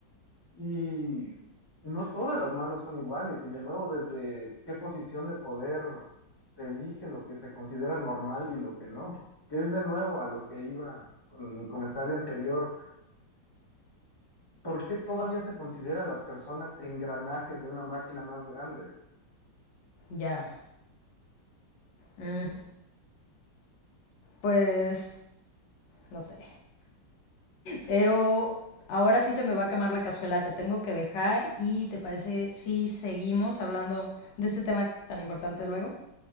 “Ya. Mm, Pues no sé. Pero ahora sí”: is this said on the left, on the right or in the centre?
Left